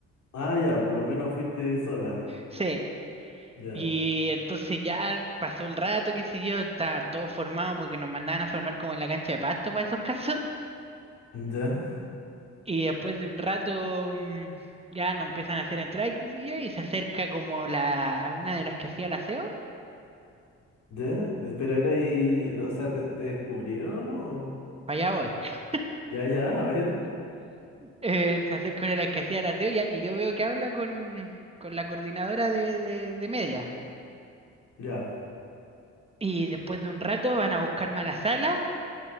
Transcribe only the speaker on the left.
Ah, ya, por lo menos fuiste sola.
Ya,
ya,
ya. eh, Pero era ahí, o sea, ¿te, te descubrieron o...?
Ya, ya, a ver,
ya.